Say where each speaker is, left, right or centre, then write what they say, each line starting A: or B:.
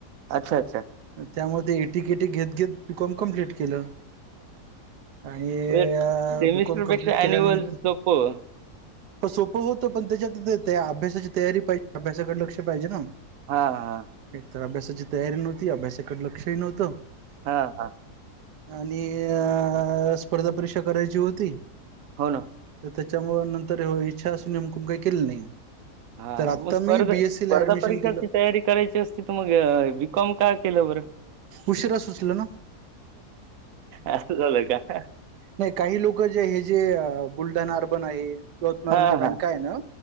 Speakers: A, on the right; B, on the right.
A: अच्छा, अच्छा.
B: त्यामुळे ते एटी केटी घेत - घेत बीकॉम कम्प्लीट केलं. आणि
A: उलट सेमिस्टरपेक्षा
B: बी कॉम कम्प्लटं केल्यानंतर?
A: ॲन्युअल सोपं.
B: प- सोपं होतं पण त्याच्यात त्या अभ्यासाची तयारी पाहिजे अभ्यासाकडे लक्ष पाहिजे ना.
A: हा हा.
B: एक तर अभ्यासाची तयारी नव्हती अभ्यासाकडे लक्षही नव्हतं.
A: हा हा.
B: आणि अ - स्पर्धा परीक्षा करायची होती.
A: हो ना.
B: तर त्याच्यामुळेळ नंतर इच्छा असून नेमकून काही केली नाही.
A: हां,
B: तर आता
A: मग स्पर्धा
B: मी बी
A: स्पर्धा
B: ए सी ला अडमिशन.
A: परीक्षाची तयारी करायची असती तर मग बी कॉम का केलं बरं.
B: उशिरा सुचलं ना.
A: असं झालंय का?
B: नाही काही लोक जे हे जे. बुलढाणा अर्बन आहे <inaudible> बँक
A: हां, हां.
B: आहे ना